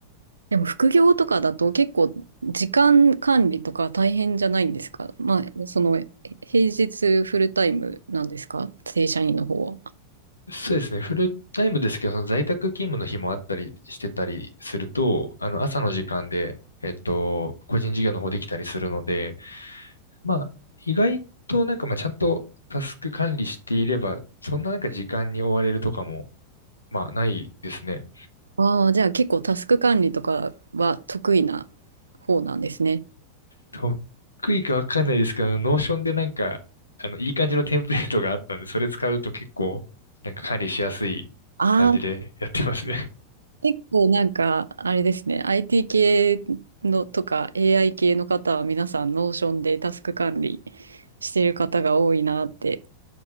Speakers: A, on the right; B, on the left.
A: でも副業とかだと結構時間管理とか大変じゃないんですかまあ、その、え平日フルタイムなんですか正社員の方は。
B: そうですね、フルタイムですけど、その在宅勤務の日もあったりしてたりすると、あの、朝の時間で、えっと、個人事業の方できたりするので、まあ、意外となんかまあちゃんとタスク管理していれば、そんななんか時間に追われるとかも、まあないですね。
A: ああ、じゃあ結構タスク管理とかは得意な方なんですね。
B: 得意かわかんないですけど、あの、ノーションでなんか、あの、いい感じのテンプレートがあったんで、それ使うと結構、なんか管理しやすい感じでやってますね。
A: ああ、結構なんか、あれですね、IT 系のとか AI 系の方は皆さんノーションでタスク管理してる方が多いなって